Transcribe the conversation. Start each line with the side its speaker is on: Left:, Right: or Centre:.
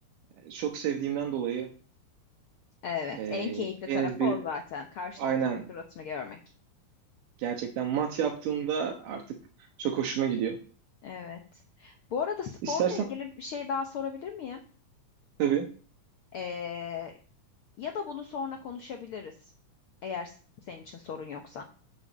Right: e, çok sevdiğimden dolayı
Left: Evet,
Right: e,
Left: en keyifli
Right: en
Left: tarafı
Right: az bir
Left: o zaten. Karşındakinin
Right: aynen
Left: suratını görmek.
Right: gerçekten mat yaptığımda artık çok hoşuma gidiyor.
Left: Evet. Bu arada sporla
Right: İstersen
Left: ilgili bir şey daha sorabilir miyim?
Right: Tabii.
Left: E, Ya da bunu sonra konuşabiliriz. Eğer s- senin için sorun yoksa.